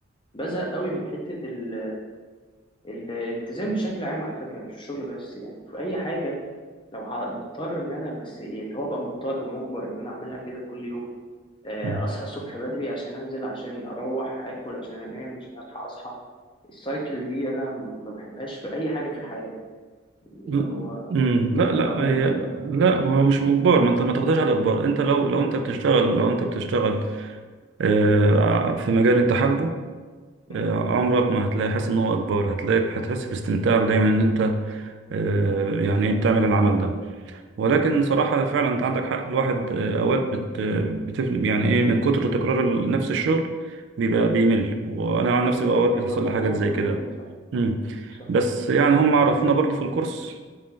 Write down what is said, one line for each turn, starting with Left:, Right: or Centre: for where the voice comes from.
Left: بزهق قوي من حتة ال- ال- الالتزام بشكل عام على فكرة مش في الشغل بس يعني في أي حاجة لو ه- مضطر إن أنا بس يعني اللي هو أبقى مضطر مجبر إن أنا أعملها كده كل يوم آه،
Right: م.
Left: اصحى الصبح بدري عشان انزل عشان اروح اكل عشان انام عشان الحق اصحى السايكل دي انا ما بحبهاش في اي حاجه في الحياه اللي
Right: م-
Left: هو
Right: م.
Left: ان
Right: لا
Left: انا
Right: لا
Left: ابقى مجبر
Right: هي
Left: يعني
Right: لا هو مش باجبار ما انت ما تاخدهاش على اجبار
Left: م-
Right: انت لو لو انت بتشتغل
Left: م-
Right: لو انت بتشتغل آه، في مجال انت حابه
Left: م-
Right: آه، عمرك ما هتلاقي حاسس ان هو اجبار هتلاقي هتحس باستمتاع دايما ان انت آه، يعني
Left: م.
Right: ايه بتعمل العمل ده ولكن صراحة فعلا انت عندك حق الواحد آه، اوقات بت بتفل يعني ايه من كتر تكرار ال- نفس الشغل بيبقى بيمل وانا عن نفسي بقى اوقات
Left: بيبقى
Right: بتحصل
Left: الموضوع
Right: لي حاجات زي
Left: ممل
Right: كده
Left: صح
Right: مم.
Left: صح
Right: بس يعني هم عرفونا برضو في الكورس